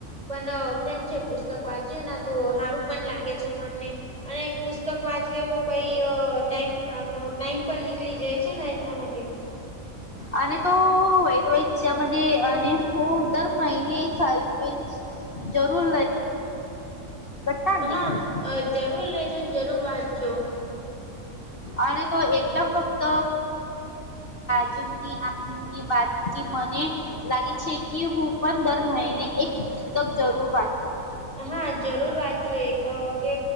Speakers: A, on the right; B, on the left.
A: પણ કેમ છે પુસ્તક વાંચે ના તો હારું પણ લાગે છે મનને અને પુસ્તક વાંચવે તો કઈ ટાઈમ આપનો ટાઈમ પણ નીકળી જાય છે ને એટલા માટે
B: અને તો <inaudible> અને હું દર મહિને <inaudible> જરૂર <unintelligible> નીકળીશ
A: હા જરૂર લેજોને જરૂર વાંચજો.
B: અને તો એકદમ ફક્ત જ <inaudible> ની વાતથી મને લાગે છે કે હું પણ દર મહિને એક પુસ્તક જરૂર વાંચું.
A: હા જરૂર વાંચજો એક કે